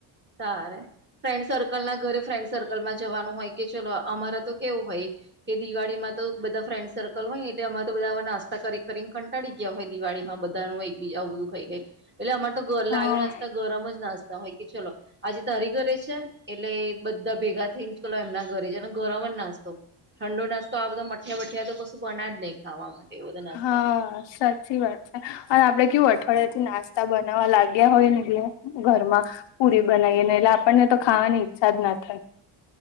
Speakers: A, on the right (about 25°); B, on the left (about 75°).
A: સારે ફ્રેન્ડ સર્કલ ના ઘરે ફ્રેન્ડ સર્કલમાં જવાનું હોય કે ચલો અમારે તો કેવું હોય કે દિવાળીમાં તો બધા ફ્રેન્ડ સર્કલ હોય ને એટલે અમા તો બધા નાસ્તા કરી કરીને કંટાી ગયા હોય દિવાળીમાં બધ એક બીજા આવ બધું ખાઈ ગાય એટલે અમાર તો
B: હા
A: લાવ નાસ્તા ગરમ જ નાસ્તા હોય કે ચલો આજે તારી ઘરે છે. એટલે બધા ભેગા થઈને ચલો એમના ઘરે છે ઘરમાં નાસ્તો ઠંડો નાસ્તો આ બધો મઠીિયા વઠીિયા તો કશું બના જ નહીં ખાવા માટે એ બધા નાસ્તામાં
B: હા સાચી વાત છે. અને આપડે કેવું અઠવાડિયાથી નાસ્તા રસ્તા બનાવવા લાગ્યા હોય ને એટલે ઘરમાં પુરી બનાવીએ ને એટલે આપણને તો ખાવાની ઈછનાથ